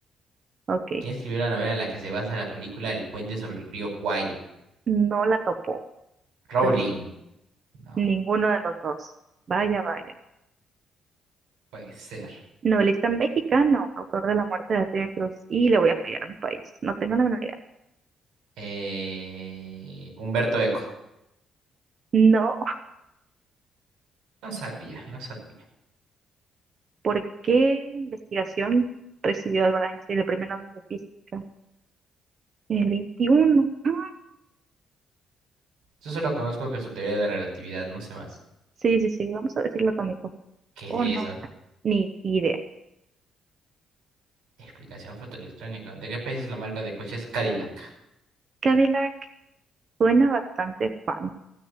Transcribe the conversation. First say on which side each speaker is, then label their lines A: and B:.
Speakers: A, on the right; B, on the right.
A: Ok.
B: ¿Quién escribió la novela en la que se basa la película El puente sobre el río Kwai?
A: No la topó.
B: Rowling.
A: Perdí
B: No,
A: ninguno de los dos. Vaya, vaya.
B: puede ser.
A: Novelista mexicano, autor de La muerte de Antonio Cruz. Y le voy a fallar a mi país. No tengo la menor idea.
B: Eh... Humberto Eco.
A: No.
B: No sabía, no sabía.
A: ¿Por qué investigación recibió Albert Einstein el premio Nobel de Física? El 21. Mm,
B: Yo solo conozco que su teoría de relatividad, no sé más.
A: Sí, sí, sí. Vamos a decirlo atómico.
B: ¿Qué
A: Oh,
B: es
A: no.
B: eso?
A: Ni idea.
B: Explicación fotoelectrónica. ¿De qué país es la marca de coches Cadillac?
A: Cadillac suena bastante fan.